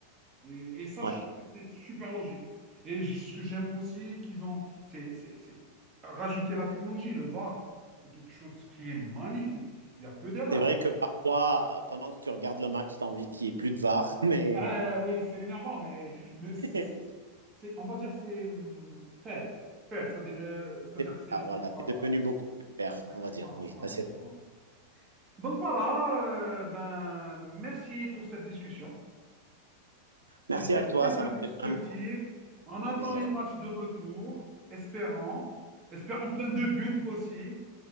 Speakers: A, on the right; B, on the right.
A: Et, et ça,
B: Ouais.
A: je trouve que c'est super logique. Et j- ce que j'aime aussi qu'ils ont, c'est c'est- c'est rajouter la technologie, le VAR. C'est quelque chose qui est magnifique. Il n'y a plus d'erreurs.
B: C'est vrai que parfois, euh, pendant que tu regardes le match, tu as envie qu'il n'y ait plus de VAR, mais
A: Ah oui, c'est énervant, mais, mais c'est,
B: <laughs>
A: c'est- on va dire c'est hum, fait. Fait, ça à dire euh, c'est-à-dire
B: c'est-
A: c'est...
B: ah,
A: c'est-
B: voilà,
A: Voilà.
B: c'est devenu beaucoup plus clair,
A: Oui,
B: on va dire.
A: voilà,
B: Oui,
A: voilà,
B: ça c'est vrai.
A: voilà. Donc voilà, euh, ben, merci pour cette discussion. C'était
B: Merci à toi,
A: très
B: ça
A: instructif.
B: m'a fait vraiment
A: On attend
B: plaisir.
A: les matchs de retour, espérons. Espérons plein de buts aussi.